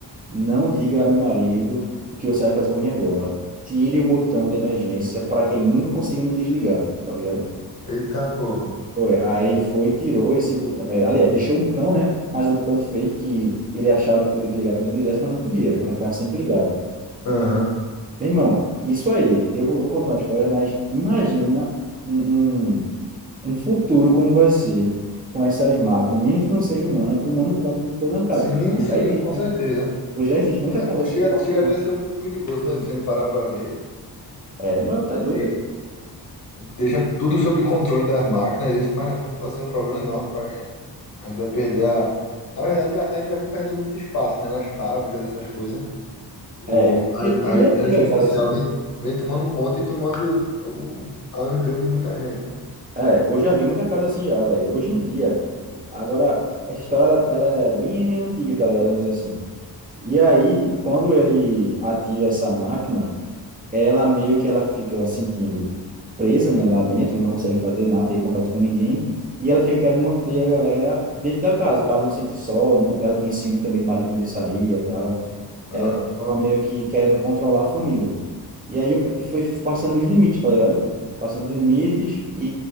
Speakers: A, on the right; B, on the left.
A: Não diga a meu marido o que você vai fazer por mim agora. Tire o botão de emergência para que ele nunca consiga me desligar, tá ligado?
B: Eita porra.
A: Foi. Aí ele foi e tirou esse botão. é, aliás, deixou o botão, né? Mas um botão fake que ele achava que podia desligar quando quisesse, mas não podia. Ela ficava sempre ligada.
B: Aham.
A: Meu irmão, isso aí, eu vou, vou contar a história, mas imagina um, um, um futuro como vai ser com essas máquinas, mesmo que não seja humana, tomando conta de toda a casa.
B: Sim,
A: Hoje
B: sim,
A: já existe,
B: com certeza.
A: hoje já existe muita
B: Ah,
A: casa assim.
B: Chega,
A: tá-
B: chega até a ser um pouco perigoso, né? Se ele parar pra ver.
A: É, mas
B: A
A: tá
B: gente
A: doido.
B: deixa tudo sob controle das máquinas, isso mais na frente pode ser um problema enorme para a gente. A gente vai perder a. Na verdade, já- a gente já vem perdendo muito espaço, né? Nas fábricas, essas coisas. O,
A: É, hoje hoje
B: a, a inteligência
A: eu já vi a
B: artificial
A: casa assim.
B: vem, vem tomando conta e tomando o, o emprego de muita gente, né?
A: É, eu já vi muita casa assim já, velho. Hoje em dia. Agora, essa história, ela ela é bem antiga, tá ligado? Vamos dizer assim. E aí, quando ele ativa essa máquina, ela meio que ela fica sentindo presa, né, lá dentro. Ela não consegue fazer nada, ter contato com ninguém. E ela fica querendo manter a galera dentro da casa, para ela não sentir só. não- Ela tinha ciúme também do marido quando ele saía e tal. Ela
B: Aham.
A: tava meio que querendo controlar a família. E aí eu- foi passando os limites, tá ligado? Passando os limites e,